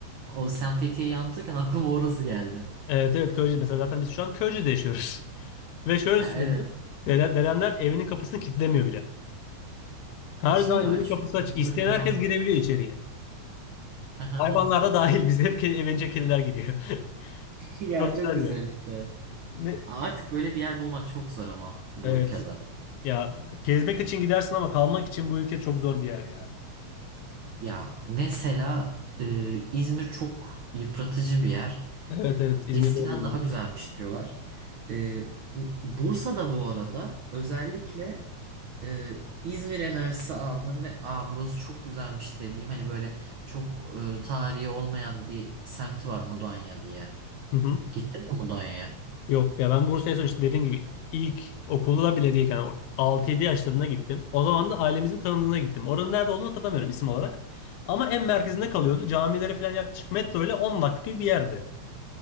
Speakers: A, on the right; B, on the left.
A: O sen Fethiye'yi anlatırken aklıma orası geldi.
B: Evet evet Köyceğiz. Mesela zaten biz şu an Köyceğiz'de yaşıyoruz. <laughs> Ve şöyle
A: Ya
B: söyleyeyim.
A: evet.
B: Dede, dedemler evinin kapısını kilitlemiyor bile. Her
A: Ya şey
B: zaman
A: var
B: evin
A: çünkü.
B: kapısı açık.
A: Ortada
B: İsteyen
A: bir güven
B: herkes girebiliyor
A: var.
B: içeriye.
A: <laughs>
B: Hayvanlar da dahil. Biz hep ke- evince kediler giriyor. <laughs>
A: Ya
B: Çok güzel
A: çok güzel
B: ya.
A: işte.
B: Ne?
A: Artık böyle bir yer bulmak çok zor ama bu
B: Evet.
A: ülkede.
B: Ya gezmek için gidersin ama kalmak için bu ülke çok zor bir yer ya.
A: Ya mesela e, İzmir çok yıpratıcı bir yer.
B: Evet evet İzmir'de
A: Eskiden
B: de bulundum.
A: daha güzelmiş diyorlar. E, Bursa'da bu arada özellikle e, İzmir enerjisi aldım ve aa burası çok güzelmiş dediğim hani böyle çok e, tarihi olmayan bir semti var Mudanya diye.
B: Hı hı.
A: Gittin mi Mudanya'ya?
B: Yok ya ben Bursa'ya sonuçta dediğim gibi ilk okulda bile değilken o- altı yedi yaşlarına gittim. O zaman da ailemizin tanıdığına gittim. Oranın nerede olduğunu hatırlamıyorum isim olarak. Ama en merkezinde kalıyordu. Camilere falan yaklaşık metro ile 10 dakika gibi bir yerdi.